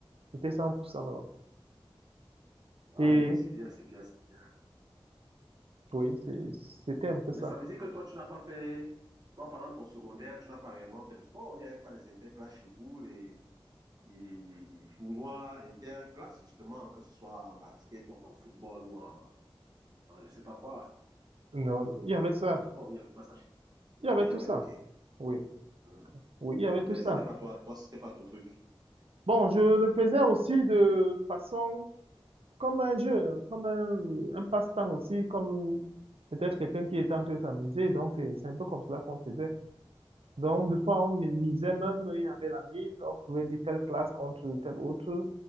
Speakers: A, on the right (about 75°); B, on the right (about 40°).
A: J'étais 100% là-bas.
B: Ah,
A: Et
B: non, mais c'est bien, c'est bien, c'est bien.
A: oui, c'est- c'était un peu
B: Mais
A: ça.
B: ça veut dire que toi, tu n'as pas fait. Toi, pendant ton secondaire, tu n'as pas réellement fait de sport. Il n'y avait pas les interclasses chez vous, les, les, les, les- les tournois interclasses, justement, que ce soit en basket ou en football ou en, en je sais pas quoi.
A: Non, il y avait ça.
B: En un sport, il n'y avait pas ça. chez- Oui,
A: Il y avait
B: ah, il
A: tout
B: y avait,
A: ça.
B: ok.
A: Oui,
B: Mhm.
A: oui, il y avait tout
B: Mais
A: ça.
B: c'était pas toi, toi, c'était pas ton truc.
A: Bon, je le faisais aussi de façon comme un jeu, hein, comme un, un passe-temps aussi, comme peut-être quelqu'un qui était en train de s'amuser. Donc, c'est c'est un peu comme cela qu'on faisait. Donc, des fois, on mi- misait même, il y avait la mise, on pouvait dire telle classe contre telle autre,